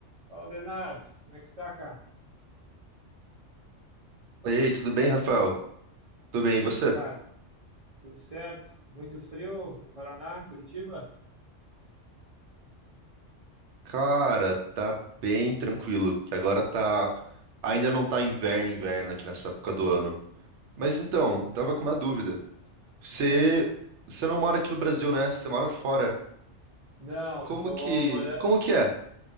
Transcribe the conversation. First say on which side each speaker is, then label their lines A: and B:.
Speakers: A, on the right; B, on the right.
A: Fala, Bernardo. Como é que está, cara?
B: Ei, tudo bem, Rafael? Tudo bem,
A: Tudo,
B: e você?
A: cara. Tudo certo. Muito frio no Paraná, Curitiba?
B: Cara, tá bem tranquilo, que agora tá... Ainda não tá inverno, inverno aqui nessa época do ano. Mas então,
A: Sim.
B: eu tava com uma dúvida. Você...
A: Manda aí.
B: Você não mora aqui no Brasil, né? Você mora fora.
A: Não,
B: Como
A: eu tô
B: que...
A: morando.
B: Como que é?